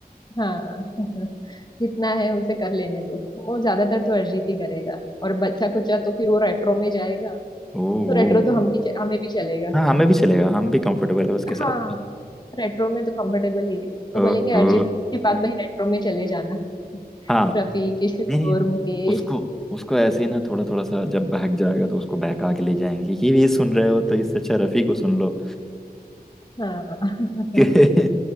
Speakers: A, on the left (about 25°); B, in the centre.
A: हाँ <laughs> जितना है उसे कर लेने दो वो ज्यादातर तो अरिजीत ही करेगा और बच्चा कुचा तो फिर वो रेट्रो में जाएगा
B: ओ,
A: तो रेट्रो
B: ओ
A: तो हम भी हमें भी चलेगा
B: हाँ हमें भी चलेगा हम भी कंफर्टेबल है उसके साथ
A: हाँ रेट्रो में तो कंफर्टेबल ही है तो
B: ओहो
A: बोलेंगे अरिजीत के बाद भाई रेट्रो में चले जाना
B: हाँ
A: रफी किशोर
B: नहीं नहीं
A: मुकेश
B: उसको उसको ऐसे ही ना थोड़ा थोड़ा सा जब बहक जाएगा तो उसको बहका के ले जाएंगी कि ये सुन रहे हो तो इससे अच्छा रफी को सुन लो
A: हाँ <laughs>
B: <laughs> कि,